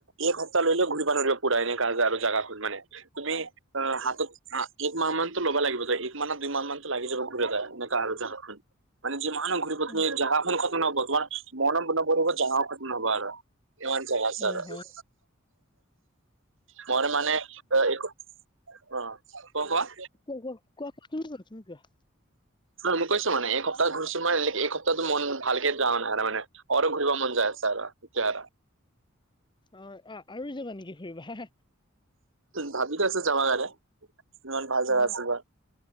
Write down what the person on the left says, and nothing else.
অ',
হয়,
হয়।
<unintelligible> কোৱা কোৱা, কি হ'ল, তুমি কোৱা।
অ', অ', আৰু যাবা নেকি ফুৰিবা?
অ